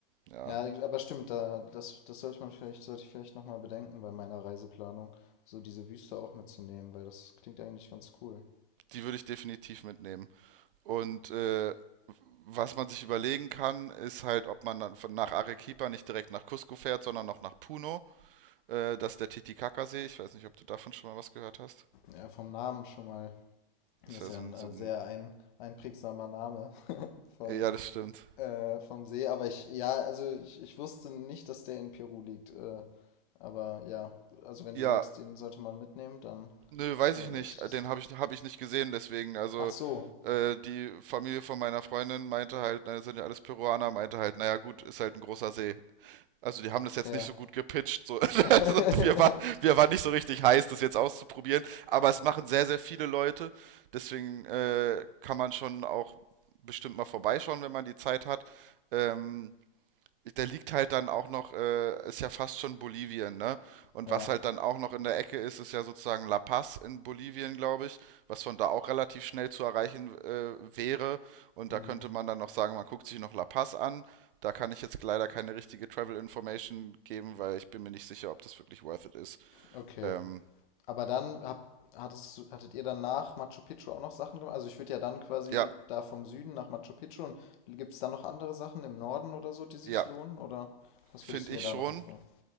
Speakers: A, on the right (about 65°); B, on the left (about 55°).
A: ja,
B: Ja, aber stimmt, da, das, das sollte man vielleicht, sollte ich vielleicht nochmal bedenken bei meiner Reiseplanung, so diese Wüste auch mitzunehmen, weil das klingt eigentlich ganz cool.
A: die würde ich definitiv mitnehmen. Und äh, was man sich überlegen kann, ist halt, ob man dann von- nach Arequipa nicht direkt nach Cusco fährt, sondern noch nach Puno. Äh, das ist der Titicaca-See. Ich weiß nicht, ob du davon schon mal was gehört hast.
B: Ja, vom Namen schon mal.
A: Das
B: Ist
A: wäre
B: ja
A: so
B: ein
A: ein,
B: äh,
A: so ein.
B: sehr ein, einprägsamer Name <laughs> vom,
A: Ja, das stimmt.
B: äh, vom See. Aber ich, ja, also ich, ich wusste nicht, dass der in Peru liegt. Äh, aber ja, also wenn
A: Ja,
B: du sagst, den sollte man mitnehmen, dann
A: nö, weiß
B: äh, werde
A: ich nicht.
B: ich das.
A: Den habe ich, hab ich nicht gesehen, deswegen. Also,
B: Ach so,
A: äh, die Familie von meiner Freundin meinte halt, na, das sind ja alles Peruaner, meinte halt, naja, gut, ist halt ein großer See. Also die haben das
B: fair.
A: jetzt nicht so gut gepitcht. So. <laughs>
B: <laughs>
A: Also wir, waren, wir waren nicht so richtig heiß, das jetzt auszuprobieren. Aber es machen sehr, sehr viele Leute. Deswegen äh, kann man schon auch bestimmt mal vorbeischauen, wenn man die Zeit hat. Ähm, da liegt halt dann auch noch, äh, ist ja fast schon Bolivien, ne? Und
B: Ja.
A: was halt dann auch noch in der Ecke ist, ist ja sozusagen La Paz in Bolivien, glaube ich, was von da auch relativ schnell zu erreichen äh, wäre. Und
B: Hm.
A: da könnte man dann noch sagen, man guckt sich noch La Paz an. Da kann ich jetzt leider keine richtige Travel Information geben, weil ich bin mir nicht sicher, ob das wirklich worth it ist.
B: Okay.
A: Ähm,
B: Aber dann habt, hattest, hattet ihr dann nach Machu Picchu auch noch Sachen gemacht? Also ich würde ja dann quasi
A: ja,
B: da vom Süden nach Machu Picchu und gibt es dann noch andere Sachen im Norden oder so, die sich
A: ja,
B: lohnen? Oder was
A: finde
B: würdest du
A: ich
B: mir da
A: schon.
B: noch empfehlen?